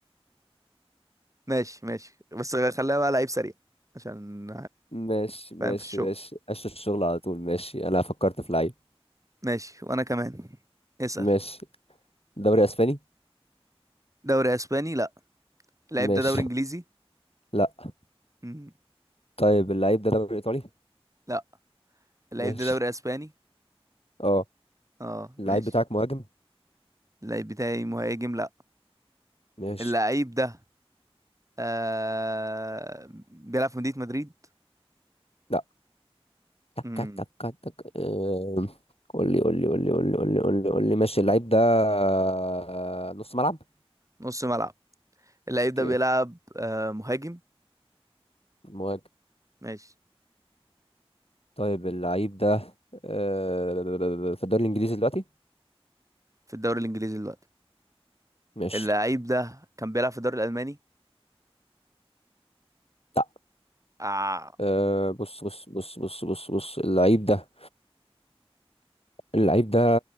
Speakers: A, on the right; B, on the left.
A: ماشي ماشي بس خليها بقى لعيب سريع عشان
B: ماشي ماشي
A: فاهم في الشغل
B: ماشي أشوف الشغل على طول ماشي أنا فكرت في لعيب
A: ماشي وانا كمان اسأل
B: ماشي دوري أسباني
A: دوري اسباني لا اللعيب
B: ماشي
A: ده دوري انجليزي
B: لأ
A: مم.
B: طيب اللعيب ده دوري إيطالي
A: لا اللعيب
B: ماشي
A: ده دوري اسباني
B: اه
A: اه
B: اللعيب
A: ماشي
B: بتاعك مهاجم
A: اللعيب بتاعي مهاجم لا
B: ماشي
A: اللعيب ده آه... بيلعب في مدينة مدريد
B: لأ تك
A: مم.
B: تك تك تك أم، قول لي قول لي قول لي قول لي قول لي قول لي قول لي ماشي اللعيب ده آه، نص ملعب
A: نص ملعب اللعيب
B: اوكي
A: ده بيلعب آه مهاجم
B: مهاجم.
A: ماشي
B: طيب اللعيب ده آه، في الدوري الانجليزي دلوقتي
A: في الدوري الانجليزي دلوقتي
B: ماشي
A: اللعيب ده كان بيلعب في الدوري الالماني
B: لا
A: آه.
B: آه، بص بص بص بص بص بص اللعيب ده اللعيب ده